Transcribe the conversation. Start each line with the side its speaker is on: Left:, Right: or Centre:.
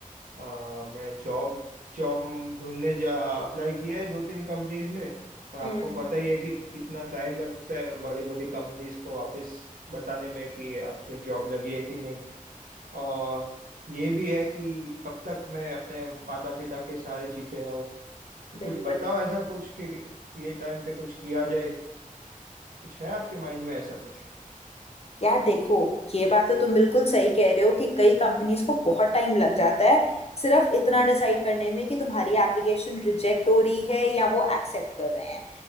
Right: अ, मैं जॉब जॉब ढूंढने जा अप्लाई किया है दो तीन कंपनीज में पर आपको
Left: हम्म
Right: पता ही है कि कितना टाइम लगता है बड़ी बड़ी कंपनीज को वापस बताने में कि आपके जॉब लगी है कि नहीं और ये भी है कि कब तक मैं अपने माता पिता के सहारे जीते रहूँ तो कुछ
Left: बिल्कुल
Right: बताओ ऐसा कुछ कि ये टाइम पे कुछ किया जाए कुछ है आपके माइंड में ऐसा कुछ
Left: यार देखो ये बात तो तुम बिल्कुल सही कह रहे हो कि कई कंपनीज को बहुत टाइम लग जाता है सिर्फ इतना डिसाइड करने में कि तुम्हारी एप्लीकेशन रिजेक्ट हो रही है या वो एक्सेप्ट कर रहे हैं